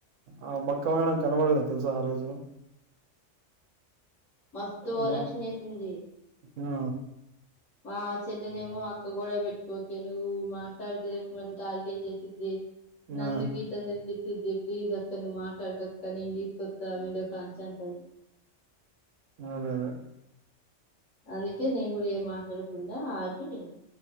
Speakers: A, on the right (about 80°); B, on the left (about 80°).
A: ఆ మక్క మేడం కనబడలే తెలుసా ఆ రోజు
B: మస్తు ఓవరాక్షన్
A: ఏమో
B: చేసింది
A: ఆ
B: మా చెల్లెనేమో అక్క కూడా పెట్టుకోక నువ్వు మాట్లాడితే రేపు మన్ టార్గెట్ చేసిద్ది నందు
A: ఆ
B: గీత అంద నింత ది ప్లీస్ అక్క నువ్వు మాట్లాడక అక్క నేను తీస్కొనివస్థ వీడియో కాన్స్ అంటాడు
A: అదే అదే
B: అందుకే నేను కూడా ఏ మాట్లాడకుండా ఆగి